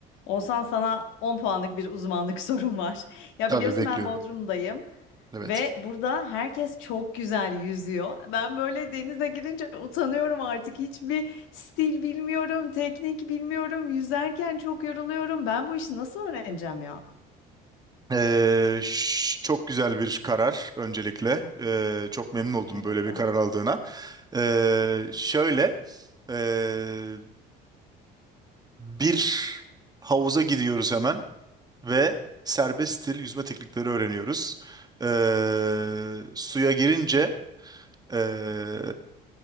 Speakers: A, on the left; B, on the right.
A: Olsan sana 10 puanlık bir uzmanlık <laughs> sorum var. Ya
B: Tabii
A: biliyorsun
B: bekliyorum.
A: ben Bodrum'dayım
B: Evet.
A: ve burada herkes çok güzel yüzüyor. Ben böyle denize girince utanıyorum artık. Hiçbir stil bilmiyorum, teknik bilmiyorum. Yüzerken çok yoruluyorum. Ben bu işi nasıl öğreneceğim ya?
B: Ee, ş- çok güzel bir karar öncelikle. Ee, çok memnun oldum
A: <laughs>
B: böyle bir
A: Sağ
B: karar
A: ol.
B: aldığına. Ee, şöyle ee, bir havuza gidiyoruz hemen ve serbest stil yüzme teknikleri öğreniyoruz. Ee, suya girince ee,